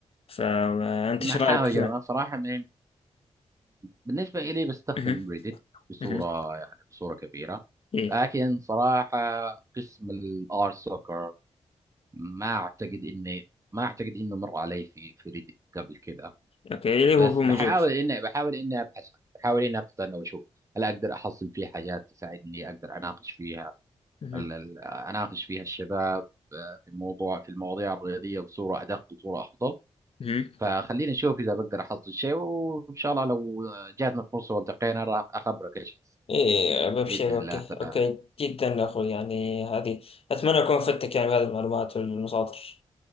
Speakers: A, on the left; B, on the right.
A: فأنت
B: ما
A: إيش
B: احاول
A: رأيك في
B: اجرب انا صراحه من بالنسبه الي بستخدم
A: مهم.
B: ريدت بصوره
A: مهم.
B: يعني بصوره كبيره
A: إيه
B: لكن صراحه قسم الار سوكر ما اعتقد اني ما اعتقد انه مر علي في في ريدت قبل كذا
A: أوكي اللي
B: بس
A: هو هو
B: بحاول
A: موجود
B: اني بحاول اني ابحثها بحاول اني ابحث عنها واشوف هل اقدر احصل فيه حاجات تساعدني اقدر اناقش فيها
A: مهم.
B: ال- ال- اناقش فيها الشباب آه، في موضوع في المواضيع الرياضيه بصوره ادق وصوره افضل
A: مهم.
B: فخلينا نشوف اذا بقدر احصل شيء وان شاء الله لو جاتنا فرصه والتقينا راح اخبرك ايش حصل
A: إيه ببشر
B: باذن الله
A: أوكي
B: تعالى
A: أوكي جدا يا أخوي يعني هذه أتمنى أكون فدتك يعني بهذه المعلومات والمصادر